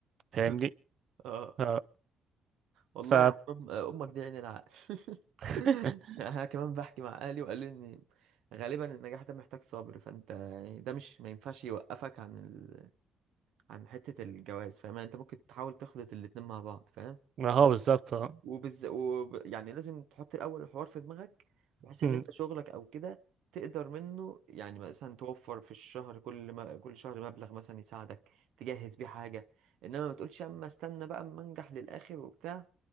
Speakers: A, on the right; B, on the right.
A: فاهمني
B: <laughs> اه
A: أه
B: والله
A: ف
B: يا عم أم- امك دي عين العقل
A: <laughs>
B: <laughs> انا كمان بحكي مع اهلي وقالوا لي ان غالبا النجاح ده محتاج صبر فانت يعني ده مش ما ينفعش يوقفك عن ال... عن حتة الجواز فاهم يعني انت ممكن تحاول تخلط الاتنين مع بعض فاهم
A: ما هو بالظبط اه
B: وبز... وب... يعني لازم تحط الأول الحوار في دماغك بحيث
A: م-
B: إن أنت شغلك أو كده تقدر منه يعني مثلا توفر في الشهر كل ما... كل شهر مبلغ مثلا يساعدك تجهز بيه حاجة إنما ما تقولش أما استنى بقى أما أنجح للآخر وبتاع